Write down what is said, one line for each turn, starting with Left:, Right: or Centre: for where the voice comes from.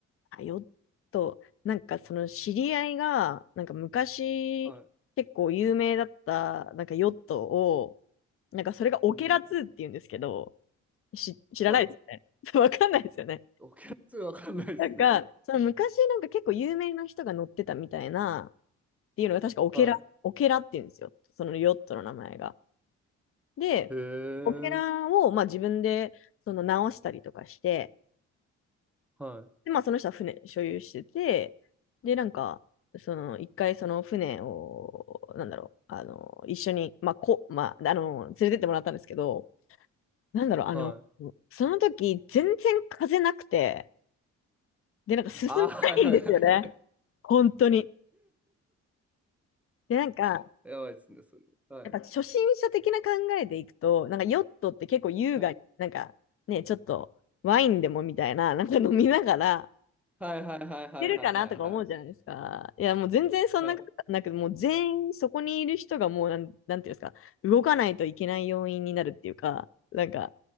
Left: あヨット、なんかその知り合いが、なんか昔、
Centre: はい。
Left: 結構有名だった、なんかヨットを、なんかそれがオケラ2って言うんですけど、
Centre: うん。
Left: し、知らないですよね。
Centre: はい。
Left: <laughs> わかんないですよね。
Centre: オケラわかんないですね。
Left: なんか、その昔なんか結構有名な人が乗ってたみたいな、っていうのが確かオケラ、
Centre: は
Left: オケラって言うんですよ。そのヨットの名前が。で、
Centre: い。へえ。
Left: オケラをまあ自分でその直したりとかして、
Centre: はい。
Left: で、まあその人は船所有してて、で、なんか、その一回その船を、なんだろう、あの、一緒に、まあ、こ、まあ、あの、連れてってもらったんですけど、なんだろう、
Centre: はい。
Left: あの、その時、全然風なくて、で、なんか進まないんですよね。
Centre: ああはいはいはい。
Left: <laughs> 本当に。で、なんか、
Centre: <laughs> やばいですね、それ。はい。
Left: やっぱ初心者的な考えでいくと、なんかヨットって結構優雅に、
Centre: はい。
Left: なんかね、ちょっとワインでもみたいな、なんか飲みながら、
Centre: はいはいはいはいはいはい。
Left: 出るかなとか思うじゃないですか。いや、もう全然そんなことなく、
Centre: はい。
Left: もう全員そこにいる人がもうなん、なんていうんですか、動かないといけない要因になるっていうか、なんか、